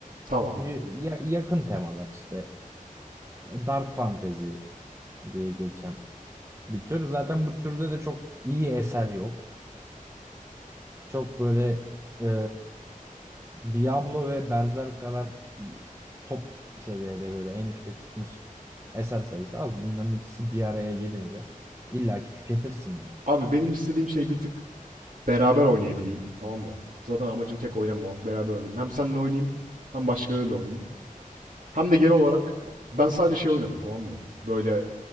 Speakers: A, on the right; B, on the right.
A: Tamam.
B: Ya- yakın temalar işte. Dark fantasy diye geçen bir tür. Zaten bu türde de çok iyi eser yok. Çok böyle e, Diablo ve Berserk kadar top seviyede böyle en üste çıkmış eser sayısı az. Bunların ikisi bir araya gelince illaki tüketirsin yani.
A: Abi benim istediğim şey bir tık beraber oynayabileyim. Tamam mı? Zaten amacım tek oynamamak. Beraber oynayayım. Hem seninle oynayayım, hem başkalarıyla oynayayım. Hem de genel olarak ben sadece şey oynadım tamam mı? Böyle